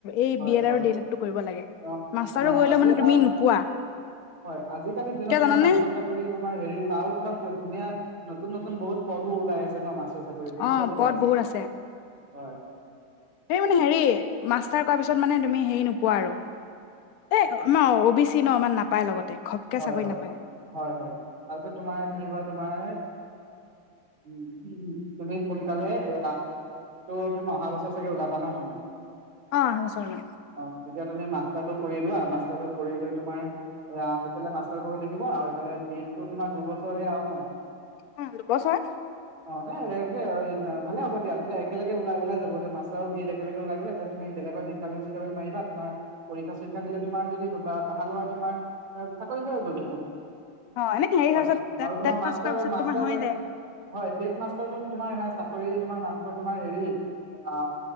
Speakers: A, on the left; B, on the right.
A: এই
B: হয়
A: বি এড
B: হয়
A: আৰু ডি এল এড এডটো কৰিব লাগে,
B: অ
A: মাষ্টাৰো
B: তোমাৰ
A: কৰিলে
B: আজি
A: মানে তুমি নোপোৱা,
B: হয় আজিকালিৰ দিনত
A: কিয়
B: তোমাৰ
A: জানানে?
B: মাষ্টৰ চাকৰি তোমাৰ হেৰি আৰু তোমাৰ ধুনীয়া নতুন-নতুন বহুত পদো ওলাই আছে ন মাষ্টৰ চাকৰি বহুত
A: অঁ
B: ওলাই
A: পদ বহুত আছে।
B: হয়।
A: তুমি মানে হেৰি, মাষ্টাৰ কৰা পিছত মানে তুমি হেৰি নোপোৱা আৰু এ আমাৰ অ বি চি ন আমাৰ নাপায় লগতে। ঘপকে
B: হয়
A: চাকৰি
B: হয়-হয়-হয়
A: নাপায়
B: তাৰপিছত তোমাৰ কি হয় তোমাৰ <unintelligible> <unintelligible> তুমি সোনকালে এ <unintelligible> তুমি অহা বছৰ চাগে ওলাবা ন তুমি।
A: অ আঢ়ৈ বছৰ লয়
B: অঁ তেতিয়া তুমি মাছ টো কৰি লোৱা আৰু মাষ্টাৰটো কৰিলৈ তোমাৰ এ সেইফালে মাষ্টাৰটো হৈ থাকিব আৰু সেইফালে বি এড টো তোমাৰ দুবছৰ হে আৰু ন।
A: অ দুবছৰ
B: অ নে কি‌ আৰু ভালে হ'ব দিয়া, তেতিয়া একেলগে ওলাই ওলাই যাব। এতিয়া মাষ্টাৰ আৰু বি এড একেলগ ওলাই গ'লে, এতিয়া তুমি বলেগত ইণ্টাৰভিউ চিটাৰভিউ মাৰিবা, তোমাৰ পৰীক্ষা চৰীক্ষা দিলে তোমাৰ যদি বা ভাল হয়, তুমাৰ চাকৰি হয়ে গ'ল দেখোন।
A: অ এনে হেৰি
B: হয়,
A: হোৱাৰ পিছত টেট
B: আৰু তোমাৰ
A: টেট
B: মাষ্টৰ,
A: পাছ কৰাৰ পিছত
B: মাষ্টৰ,
A: তোমাৰ হৈ যায়
B: টেট মাষ্টৰ <unintelligible> তোমাৰ চাকৰি তোমাৰ মাষ্টৰ, তোমাৰ হেৰি, অ'হ